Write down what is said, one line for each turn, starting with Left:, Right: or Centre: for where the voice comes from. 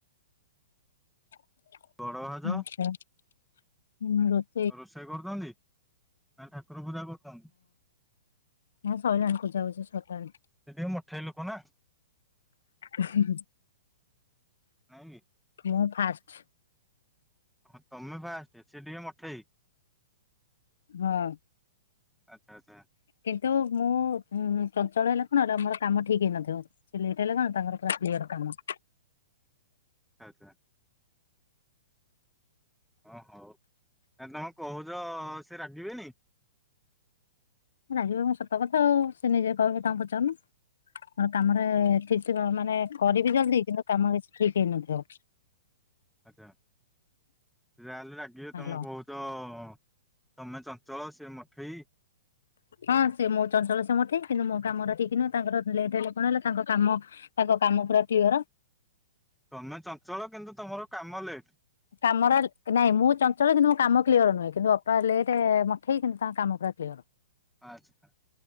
Left: <inaudible>
Centre: ବଡ ଭାଉଜ ଆଉ ରୋଷେଇ କରୁଛନ୍ତି ନା ଠାକୁର ପୂଜା କରୁଛନ୍ତି?
Left: ନାଇଁ ସଇଲାଣି ପୂଜାପୁଜି ସରିଲାଣି।
Centre: ସେ ଟିକେ ମଠେଇ ଲୋକ ନା
Left: ହୁଁ ହୁ
Centre: ନାଇଁ କି?
Left: ମୁଁ ଫାଷ୍ଟ।
Centre: ହଁ, ତମେ ଫାଷ୍ଟ ସିଏ ଟିକେ ମଠେଇ।
Left: ହଁ।
Centre: ଆଚ୍ଛା ଆଚ୍ଛା
Left: କିନ୍ତୁ ମୁଁ ଉଁ ଚଞ୍ଚଳ ହେଲେ କଣ ହେଲା ମୋର କାମ ଠିକ୍ ହେଇନଥିବ। ସିଏ ଲେଟ୍ ହେଲେ କଣ ତାଙ୍କର ପୁରା କ୍ଲିୟର କାମ।
Centre: ଆଚ୍ଛା। ହଁ ହଉ, ତାହାଲେ ତମେ କହୁଛ ସିଏ ରାଗିବେନି।
Left: ରାଗିବେ କଣ ସତ କଥା ଆଉ ସେ ନିଜେ କହିବେ ତାଙ୍କୁ ପଚାରୁନ। ମୋର କାମରେ ଠିକ୍ ଥିବ ମାନେ କରିବି ଜଲ୍ଦି କିନ୍ତୁ କାମ କିଛି ଠିକ୍ ହେଇନଥିବ।
Centre: ଆଚ୍ଛା, ସେ ଯାହା ହେଲେ ରାଗିବେ
Left: ହ୍ୟାଲୋ
Centre: ତମେ କହୁଚ ତମେ ଚ ଚଞ୍ଚଳ ସିଏ ମଠେଇ।
Left: ହଁ ସେ ମୁଁ ଚଞ୍ଚଳ ସେ ମଠେଇ, କିନ୍ତୁ ମୋ କାମଟା ଠିକ୍ ନୁହେଁ ତାଙ୍କର ଲେଟ କଣ ହେଲା। ତାଙ୍କ କାମ, ତାଙ୍କ କାମ ପୁରା କ୍ଲିଅର।
Centre: ତମେ ଚଞ୍ଚଳ କିନ୍ତୁ ତମର କାମ ଲେଟ୍।
Left: କାମରା ନାଇଁ ମୁଁ ଚଞ୍ଚଳ କିନ୍ତୁ ମୋ କାମ କ୍ଲିୟର ନୁହେଁ କିନ୍ତୁ ଅପା ଲେଟ୍ ମଠେଇ, କିନ୍ତୁ ତାଙ୍କ କାମ ପୁରା କ୍ଲିୟର। ହା।
Centre: ଆଚ୍ଛା।